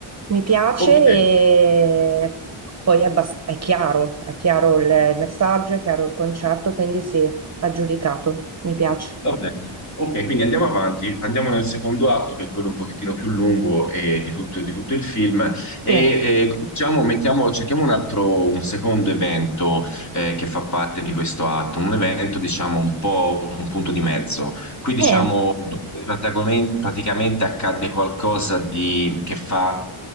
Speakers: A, on the right; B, on the left.
A: Mi piace
B: Ok,
A: e poi è, abbas- è chiaro, è chiaro il il messaggio, è chiaro il concetto, quindi sì, aggiudicato, mi piace.
B: Va bene. Ok, quindi andiamo avanti, andiamo nel secondo atto, che è quello un pochettino più lungo eh, di tutto, di tutto il film, e
A: Sì,
B: eh, cominciamo- mettiamo- cerchiamo un altro, un secondo evento eh, che fa parte di questo atto, un evento diciamo un po' un punto di mezzo. Qui diciamo
A: niente.
B: dove protagomen- praticamente accade qualcosa di, che fa,